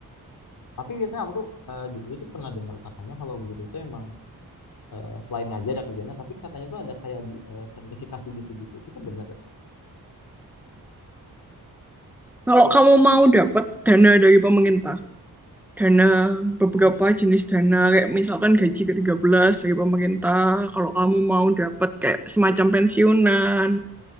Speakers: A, on the left; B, in the centre.
A: tapi biasanya aku tuh eh, dulu tuh pernah dengar katanya kalau guru tuh emang eh, selain ngajar ada kerjanya tapi katanya tuh ada kayak di eh, sertifikasi gitu-gitu itu tuh bener ya?
B: kalau kamu mau dapat dana dari pemerintah, dana beberapa
A: Oh.
B: jenis dana kayak misalkan gaji ke tiga belas dari pemerintah, kalau kamu mau dapat kayak semacam pensiunan,